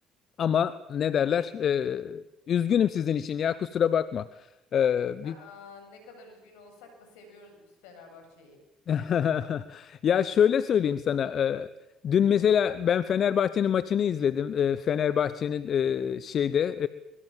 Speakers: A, on the left; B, on the left.
A: Ama ne derler? E, üzgünüm sizin için ya kusura bakma. Ee,
B: Aa, ne kadar üzgün olsak da seviyoruz biz Fenerbahçe'yi.
A: <laughs> Ya şöyle söyleyeyim sana. e, Dün mesela ben Fenerbahçe'nin maçını izledim. E, Fenerbahçe'nin e, şeyde